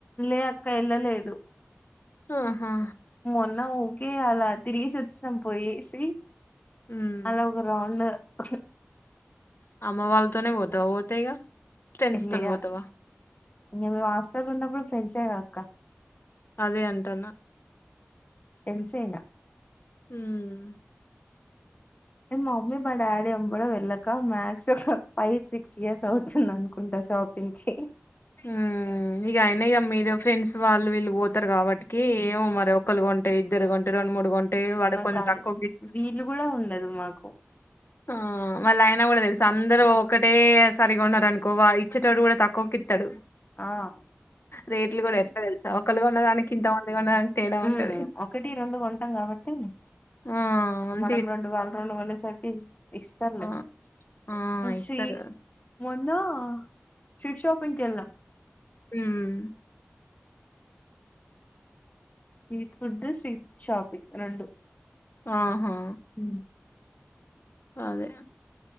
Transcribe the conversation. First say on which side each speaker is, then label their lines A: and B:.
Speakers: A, on the left; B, on the left.
A: లే అక్క ఏళ్లలేదు
B: ఆహా
A: మొన్న ఉకే అలా తిరిగేసి వచ్చినాం పోయి ఏసి
B: హ్మ్.
A: అలా ఒక రౌండ్, ఆహ్
B: అమ్మ వాళ్ళతోనే పోతావా పోతే ఇగా ఫ్రెండ్స్
A: లే
B: తోనీ పోతావా
A: అక్క ఇంగ మేము హాస్టల్ లో ఉన్నప్పుడు ఫ్రెండ్సే కదా అక్క
B: అదే అంటన్న
A: ఫ్రెండ్సే ఇగ
B: మ్మ్
A: కని మా మమ్మీ మా డాడీ ఎంబడే వెళ్లా కా మాక్సిమం ఫైవ్ సిక్స్ ఇయర్స్ అవుతుంది అనుకుంటా షాపింగ్ కి
B: మ్మ్ ఇగ అయిన ఇగా మీరు ఫ్రెండ్స్ వాళ్ళు వీళ్ళు పోతారు కాబట్టికి ఏమో మరి ఒక్కలు కొంటే ఇద్దరు కొంటే రెండు మూడు కొంటె వాడు కొంచెం
A: కాదు
B: తక్కువకు ఇ
A: వీలు కూడా ఉండదు మాకు
B: ఆ మళ్ళ అయినా కూడా తెలుస, అందరు ఒక అంటే సరి కొన్నారు అనుకో వా ఇచ్చేటోడు కూడా తక్కువకి ఇత్తడు
A: ఆ
B: రేట్లు కూడా ఎట్లా తెలుసా ఒకళ్ళు కొన్నదానికి ఇంతమంది కొన్నదానికి తేడా
A: మ్
B: ఉంటది
A: ఒకటి రెండు కొంటం కాబట్టి
B: ఆ మంచిగా
A: మనం రెండు వాళ్లు రెండు కొనేసరికి ఇస్తారులే
B: ఇస్తా- ఆ ఆ
A: కానీ
B: ఇత్తరు
A: షీ మొన్న స్ట్రీట్ షాపింగ్ కి ఎల్లినం
B: మ్మ్
A: స్ట్రీట్ ఫుడ్ స్ట్రీట్ షాపింగ్ రెండు
B: ఆహా
A: మ్
B: అదే